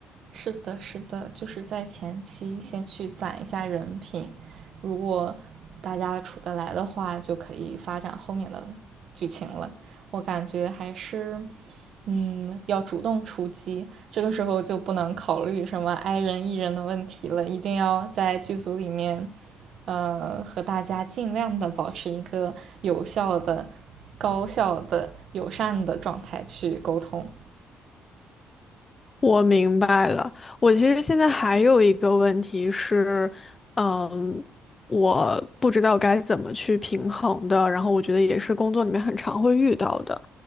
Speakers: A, on the right; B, on the left.
A: 是的，是的，就是在前期先去攒一下人品，如果大家处得来的话，就可以发展后面的剧情了。我感觉还是，嗯，要主动出击，这个时候就不能考虑什么 i 人 e 人的问题了，一定要在剧组里面，呃，和大家尽量的保持一个有效的、高效的、友善的状态去沟通。
B: 我明白了。我其实现在还有一个问题是，嗯，我不知道该怎么去平衡的。然后我觉得也是工作里面很常会遇到的。